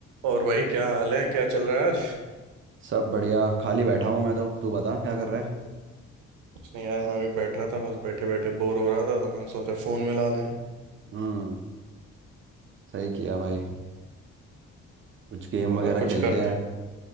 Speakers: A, on the right (about 85°); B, on the right (about 40°).
A: और भाई क्या हाल है क्या चल रहा है आज
B: सब बढ़िया खाली बैठा हूँ मैं तो तू बता क्या कर रहा है
A: कुछ नहीं यार मैं भी बैठा था बस बैठे बैठे बोर हो रहा था तो मैंने सोचा फोन मिला दें
B: हम्म सही किया भाई कुछ गेम
A: बोला
B: वगैरह
A: कुछ
B: खेलते
A: करते
B: हैं